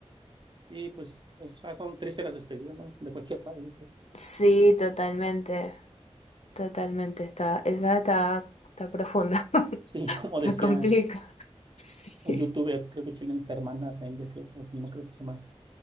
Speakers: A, on the right; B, on the left.
A: Y pues, o sea, son tristes las despedidas, ¿no? De cualquier lado, yo creo.
B: Sí, totalmente, totalmente, está, esa está, está profunda, <laughs>
A: Sí, como
B: está
A: decía
B: complicada. Sí,
A: un youtuber, creo que chileno, que hermana Rendia, creo, que- como creo que se llama,